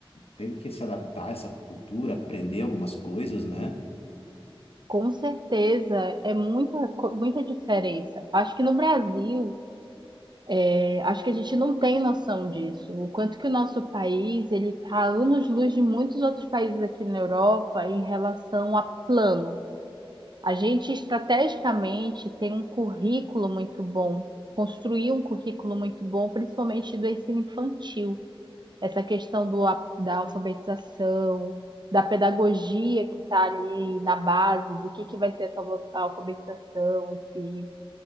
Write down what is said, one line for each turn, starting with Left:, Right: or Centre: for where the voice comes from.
Left: teve que se adaptar a essa cultura, aprender algumas coisas, né?
Right: Com certeza, é muita, co- muita diferença. Acho que no Brasil, é, acho que a gente não tem noção disso. O quanto que o nosso país, ele está anos-luz de muitos outros países aqui na Europa em relação a plano. A gente estrategicamente tem um currículo muito bom, construir um currículo muito bom, principalmente do ensino infantil. Essa questão do, a- da alfabetização, da pedagogia que está ali na base, do que, que vai ser essa alfa- alfabetização, esse